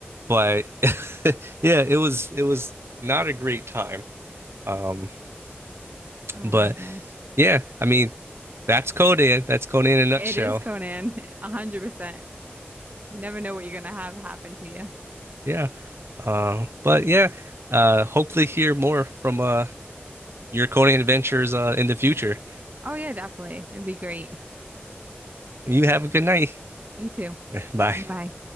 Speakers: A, on the right; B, on the right.
A: but <laughs> yeah, it was it was not a great time. Um,
B: Oh
A: but
B: my gosh.
A: yeah, I mean that's Conan. That's Conan in a nutshell.
B: It is Conan, <laughs> 100%. You never know what you're going to have happen to you.
A: Yeah. Uh, but yeah, uh, hopefully hear more from uh, your coding adventures uh, in the future.
B: Oh yeah, definitely. It'd be great.
A: You have a good night.
B: You too.
A: <laughs> Bye.
B: Bye.